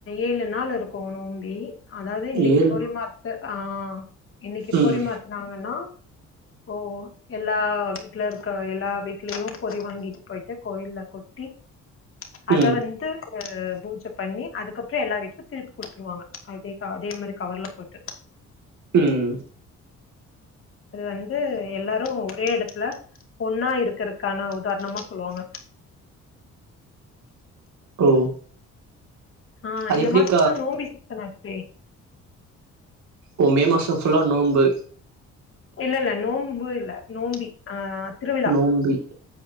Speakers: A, on the left; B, on the right.
A: ஏழு நாள் இருக்கு நோம்பி அதாவது இன்னைக்கு
B: ஏழு
A: பொரிமாத்து ஆ ஆ இன்னைக்கு
B: ம்
A: பொரிமாத்துனாங்கன்னா போ எல் எல்லா வீட்ல இருக்க எல்லா வீட்லயு பொரி வாங்கிட்டு போய்ட்டு கோயில்ல கொட்டி அத
B: ம்
A: வந்து அ பூஜ பண்ணி அதுக்கப்றோ எல்லா வீட்லு திருப்பி குடுத்துருவாங்க அதே க அதே மாரி கவர்ல போட்டு
B: ம்
A: அது வந்து எல்லாரு ஒரே எடத்துல ஒன்னா இருக்குறக்கான உதார்ணமா சொல்லுவாங்க
B: ஓ
A: ஆ
B: அது
A: இந்த
B: எப்டிக்கா
A: மாசந் நா நோம்பி ச்ச நா தெ
B: ஓ மே மாச ஃபுல்லா நோம்பு
A: இல்லல்ல நோம்பு இல்ல நோம்பி ஆ திருவிழா
B: நோம்பி